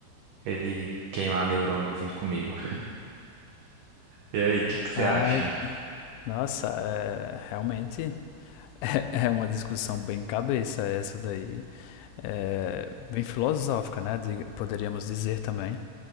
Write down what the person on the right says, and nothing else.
ele queimar neurônio junto comigo. E aí, o que que você
acha?